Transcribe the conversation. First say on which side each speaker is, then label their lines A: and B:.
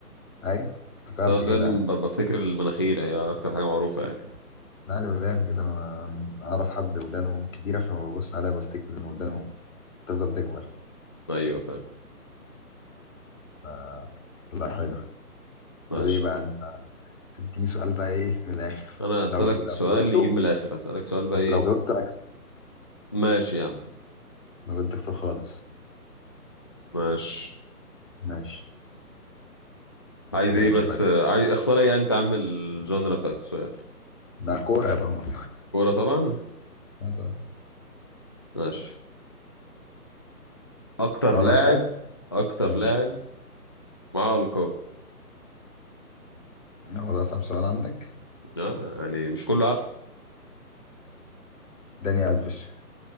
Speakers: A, on the left; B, on the left.
A: أيوه افتكرت
B: بس انا
A: كده
B: دايما
A: ها؟
B: ب- بفتكر المناخير هي اكتر حاجه معروفه يعني
A: لا الودان كده أنا أعرف حد ودانه كبيرة فلما ببص عليها بفتكر إن ودانه بتفضل تكبر
B: ايوه فاهم
A: ف- لا حلو
B: ماشي
A: طب إيه بقى أنت تديني سؤال بقى إيه من الآخر
B: انا هسالك
A: لو لو
B: سؤال
A: طب جاوبته
B: يجيب
A: السؤال
B: من الاخر هسالك سؤال بقى
A: بس
B: ايه
A: لو جاوبته أكسب
B: ماشي يا عم
A: ما بدك صف خالص
B: ماشي
A: ماشي بس
B: عايز
A: كده
B: ايه
A: مش
B: بس
A: راجع
B: آه، عايز اختار ايه انت عامل الجانرا بتاعت السؤال
A: ده كورة طبعا
B: كوره طبعا
A: لا طبعا
B: ماشي اكتر
A: اقول
B: لاعب
A: لك حاجة
B: اكتر
A: ماشي
B: لاعب معاه القاب
A: هو ده اصعب سؤال عندك
B: آه يعني مش كله عارفه
A: داني ألفيش